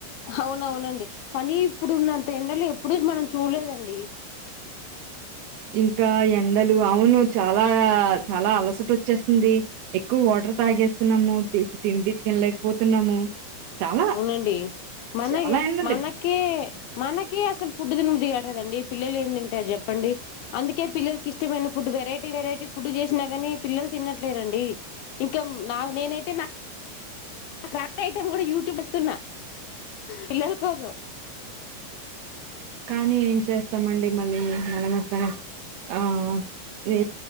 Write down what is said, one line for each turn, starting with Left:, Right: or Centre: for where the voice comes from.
Left: హవునవునండి కానీ ఇప్పుడున్నంత ఎండలు ఎప్పుడు మనం చూడలేదండి
Right: ఇంకా ఎండలు అవును చాలా చాలా అలసట వచ్చేస్తుంది. ఎక్కువ వాటర్ తాగేస్తున్నాము తిండి తినలేకపోతున్నాము. చాలా
Left: అవునండి మన
Right: చాలా ఎండ ఉంది
Left: మనకే మనకే అసలు ఫుడ్ తినబుద్ధి దండి పిల్లలేం తింటారు చెప్పండి. అందుకే పిల్లలకి ఇష్టమైన ఫుడ్ వెరైటీ వెరైటీ ఫుడ్ చేసినా కాని పిల్లలు తినట్లేరండి ఇంకా నా నేనైతే నా <unintelligible> ఐటెమ్ కూడా యూట్యూబ్ ఇస్తున్నా పిల్లల కోసం
Right: కానీ ఏం చేస్తామండి మళ్ళీ మన <unintelligible> ఆ ఈ